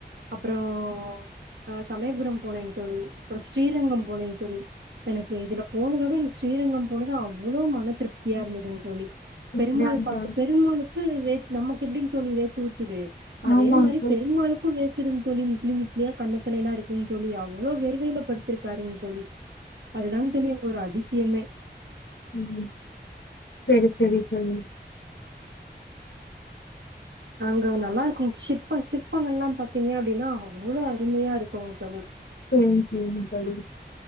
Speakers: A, on the right; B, on the left.
A: அப்புறம் ஆஹ் சமயபுரம் போனேங்க தோழி அப்புறம் ஸ்ரீரங்கம் போனேங் தோழி எனக்கு இதுல போனத ம் ஸ்ரீரங்கம் அவ்வளோ மன திருப்தியா இருந்ததுன்னு தோழி பெருமாள்
B: அப்படியாங்
A: பாத்த
B: தோழி
A: பெருமாளுக்கு வே நமக்கு எப்படிங் தோழி வேர்த்து ஊத் துது அதே
B: ஆமாங்
A: மாரி
B: தோழி
A: பெருமாளுக்கும் வேர் து தோழி முப்ளி முப்பளியா கண்ணத்தலல்லாம் இருக்கு தோழி அவ்வளவு வேர்வையில படுத்திருக்காருங் தோழி அதுதான் தோழி அப்ப ஒரு அதிசயமே
B: ம் சரி சரி தோழி
A: அங்க நல்லா இருக்கும் சிற்ப சிற்பங்கள்லா பாத்தீங்க அப்டின்னா அவ்ளோ அருமையா இருக்குங் தோழி
B: செரிங் செரிங்க தோழி